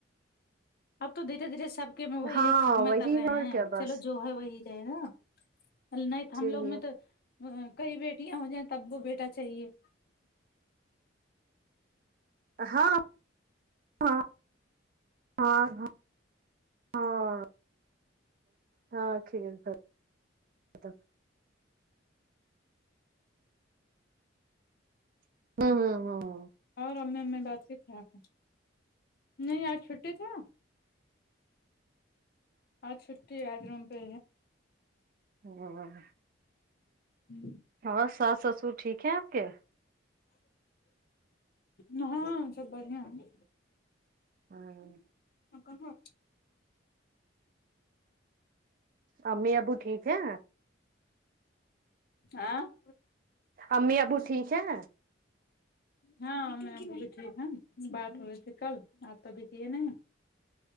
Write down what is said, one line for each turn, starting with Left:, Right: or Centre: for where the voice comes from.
Left: اب تو دھیرے دھیرے سب کے وہ
Right: ہاں
Left: یہ ختم
Right: وہی
Left: کر رہے
Right: ہے اور
Left: ہیں
Right: کیا
Left: کہ
Right: بس
Left: چلو جو ہے وہی رہے نا نہیں
Right: اسی
Left: تو ہم لوگ
Right: لیے
Left: میں تو کئی بیٹیاں ہو جائیں تب وہ بیٹا چاہیے
Right: ہاں ہاں ہاں ہاں ہاں ہاں کھ <inaudible> ہوں
Left: اور امی امی بات کی تھی آپ نہیں یار چھٹی تھا آج چھٹی ہے آج روم پہ
Right: ہ <unintelligible>
Left: ہوں <inaudible>
Right: ہاں ساس سسور ٹھیک ہے آپ کے
Left: ہاں سب بڑھیا ہے
Right: ہاں <inaudible>
Left: ا کہ ہاں <unintelligible>
Right: امی ابو ٹھیک ہے
Left: آاں <unintelligible>
Right: امی ابو ٹھیک ہے
Left: ہاں میں اب بھی ٹھیک بات ہو رہی تھی کل آپ ابھی کیے نہیں